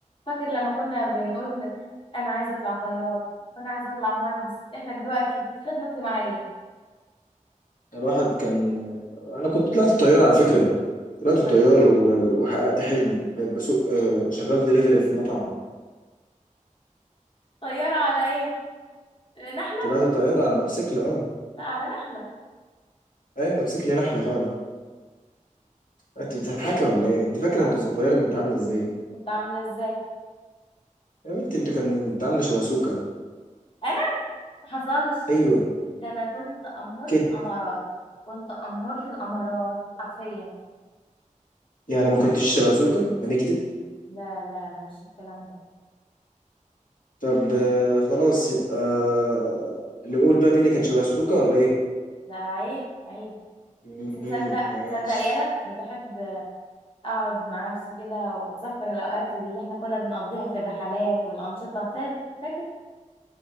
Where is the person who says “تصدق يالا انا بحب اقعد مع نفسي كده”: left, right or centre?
Left